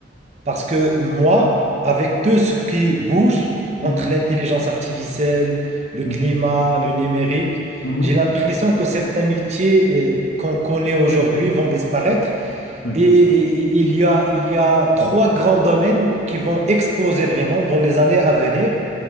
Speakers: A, on the right; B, on the left.
A: Parce que moi, avec tout ce qui bouge
B: mhm,
A: entre l'intelligence artificielle, le
B: mhm,
A: climat, le numérique,
B: mhm,
A: j'ai l'impression que certains métiers euh, qu'on connaît aujourd'hui vont disparaître
B: ouais.
A: et, et- et il y a, il y a trois grands domaines qui vont exploser vraiment dans les années à venir.